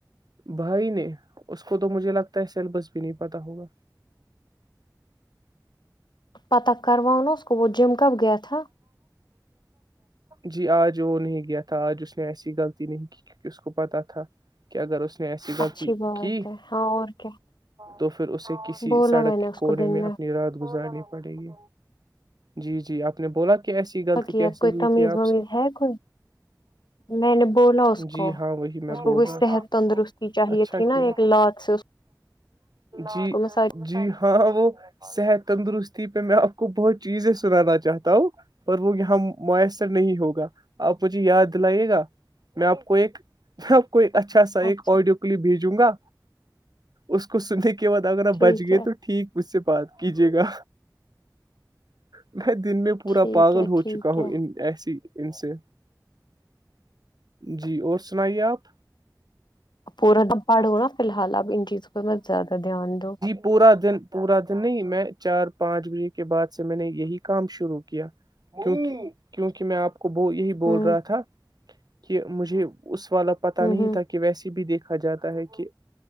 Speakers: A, on the right; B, on the left.
A: بھائی نے اس کو تو مجھے لگتا ہے سلبس بھی نہیں پتا ہوگا
B: پتہ کروا اس وہ جم کب گیا تھا
A: جی آج وہ نہیں گیا تھا آج اس نے ایسی غلطی نہیں کی کیک اس کو پتاہ تھا کہ اگر اس نے ایسی غلط
B: اچھی بات
A: کی
B: ہے ہاں اور کیا
A: تو پھر اسے کسی
B: بولا
A: سڑک
B: میں نے
A: کے
B: اس
A: کونے
B: کو دن
A: میں اپنی رات گزارنی پڑے گی جی جی آپ اپ نے بولا کیسی غلط
B: کیا کیا
A: کیسے
B: کوئی
A: ہوئی
B: تمیز
A: تھی آپ
B: ومیز
A: سے
B: ہے کوئی میں نے بولا اس
A: جی
B: کو
A: ہاں وہی میں
B: اس کو
A: بول
B: کوئی
A: رہا
B: صحت
A: تھا
B: تندرستی چاہیے
A: اچھا
B: تھی نا
A: کیا
B: ایک لات سے اس
A: جی
B: کو میں ساری
A: جی ہاں وہ صحت تندرستی پہ میں آپ کو بہت چیزیں سنانا چاہتا ہ پر وہ یہاں میسر نہیں ہوگا آپ مجھے یاد دلائیے گا میں آپ کو ایک کوئی اچھا سا
B: اچھا
A: ایک آڈیو کلپ بھیجوں گا اس سننے کے بعد اگر آ
B: ٹھیک
A: بچ گئے
B: ہے
A: تو ٹھیک اس سے بات کیجیے گا میں دن میں پورا
B: ٹھیک
A: پاگل
B: ہے
A: ہوت
B: ٹھیک
A: چکا
B: ہے
A: ہو ان ایسی ان سے جی اور سنائیے آپ
B: پورا نہ پڑھو نا فی الحال آپ ان چیزوں پرہ ب زیادہ دھیان دو
A: پورا دن پورا دن نہیں میں چار پانچ بجے کے بعد سے میں نے یہی کام شروع کیا کیک کیونکہ میں آپ کو کو وہ یہی بول
B: ہوں
A: رہا تھا کہ مجھے اس والا پتا
B: ہوں
A: نہیں
B: ہوں
A: تھا کہ ویسیے بھی دیکھ ا جاتا ہے کہ